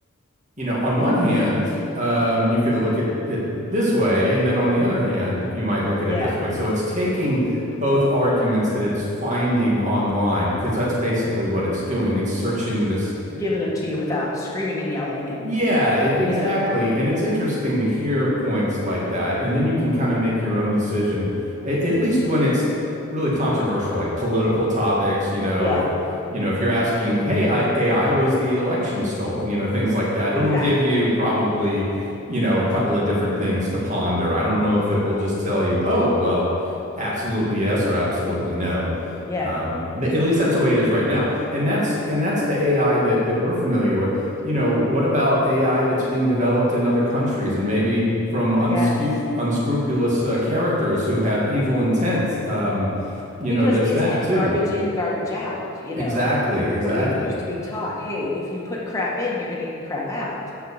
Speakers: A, on the right (about 35°); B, on the left (about 15°).
A: you know, on one hand, um, you could look at it this way, and then on the other hand, you might look at it
B: Yeah.
A: this way. So it's taking both arguments that it's finding online, because that's basically what it's doing. It's searching this
B: giving them to you without screaming and yelling and
A: yeah, e- exactly.
B: you know
A: And it's interesting to hear points like that. And then you can kind of make your own decision, A- at least when it's really controversial, like political topics, you know,
B: yeah
A: if you know, if you're asking, hey, I, AI was the election stolen, you know, things like that, it'll
B: exactly
A: give you probably, you know, a couple of different things to ponder. I don't know if it will just tell you, oh, well, absolutely yes or absolutely no.
B: yeah
A: Um, th- at least that's the way it is right now. And that's and that's the AI that that we're familiar with. You know, what about AI that's being developed in other countries and maybe from unscu-
B: yes
A: unscrupulous uh, characters who have evil intent? Um, you
B: because
A: know, there's
B: isn't
A: that
B: it
A: too.
B: garbage in garbage out you know
A: Exactly, exactly.
B: that we used to be taught hey if you put crap in you're going to get crap out